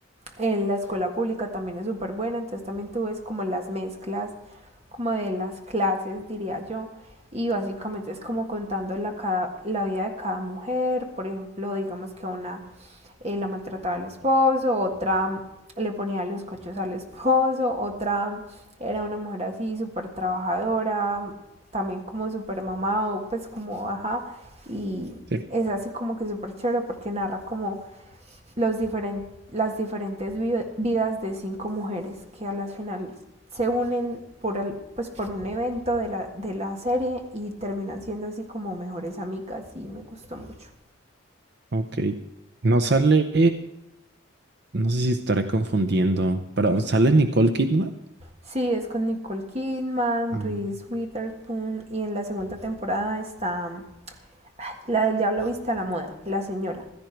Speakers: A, on the right; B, on the right.
A: Eh, la escuela pública también es súper buena, entonces también tú ves como las mezclas, como de las clases, diría yo. Y básicamente es como contando la, cada- la vida de cada mujer. Por ejemplo, digamos que una eh, la maltrataba al esposo, otra mm, le ponía los cochos al esposo, otra mm, era una mujer así súper trabajadora, mm, también como súper mamado, pues como ajá. Y
B: Sí.
A: es así como que súper chévere porque narra como los diferen- las diferentes vi- vidas de cinco mujeres que a las finales se unen por, al- pues por un evento de la, de la serie y terminan siendo así como mejores amigas y me gustó mucho.
B: Ok. No sale, no sé si estaré confundiendo, pero ¿sale Nicole Kidman?
A: Sí, es con Nicole Kidman,
B: Ah.
A: Reese Witherspoon y en la segunda temporada está ay, la del Diablo Viste a la Moda, la señora